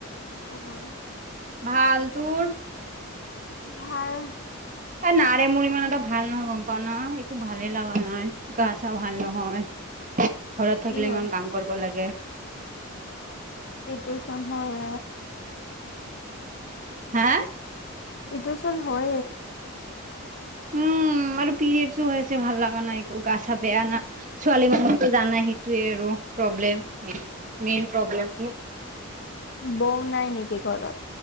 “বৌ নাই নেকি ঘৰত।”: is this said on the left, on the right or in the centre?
Left